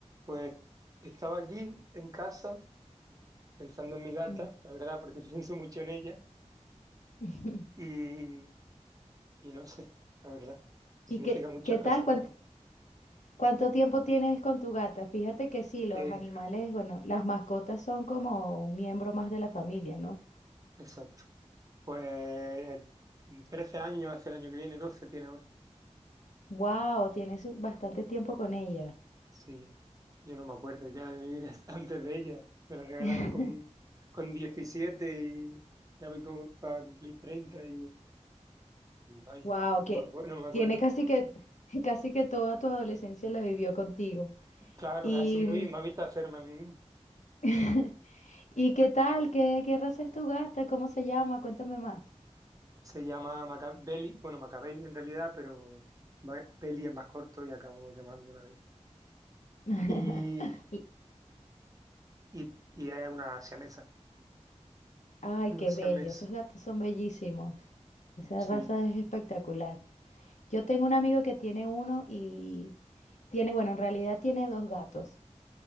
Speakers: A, on the right; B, on the left.
A: Pues estaba aquí en casa pensando en mi gata,
B: Mm.
A: la verdad, porque <laughs> pienso mucho en ella
B: <laughs>
A: y, y no sé, la verdad, significa
B: ¿Y qué,
A: muchas
B: qué tal?
A: cosas
B: ¿Cuánto,
A: para mí.
B: cuánto tiempo tienes con tu gata? Fíjate que sí, los
A: Eh,
B: animales, bueno, las mascotas son como un miembro más de la familia, ¿no?
A: exacto. Pues mm, trece años, hace el año que viene, 12 tiene ahora.
B: Wow, tienes bastante tiempo con ella.
A: Sí, yo no me acuerdo ya de mi vida <laughs> antes de ella. Me la regalaron
B: <laughs>
A: con, con 17 y ya voy como para cumplir treinta y, y vaya,
B: Wow,
A: no
B: que
A: me acuerdo, no me acuerdo.
B: tiene casi que <laughs> casi que toda tu adolescencia la vivió contigo.
A: Claro,
B: Y
A: así me, vi- me ha visto hacerme a mí mismo.
B: <laughs> ¿y qué tal? ¿Qué, qué raza es tu gata? ¿Cómo se llama? Cuéntame más.
A: Se llama Machiavelli, bueno, Machiavelli en realidad, pero va- Peli es más corto y acabamos llamando la Belly.
B: <laughs>
A: Y,
B: Y-
A: y, y es una siamesa,
B: Ay,
A: una
B: qué
A: siamesa,
B: bello, esos gatos son bellísimos. Esa
A: sí.
B: raza es espectacular. Yo tengo un amigo que tiene uno y tiene, bueno, en realidad tiene dos gatos.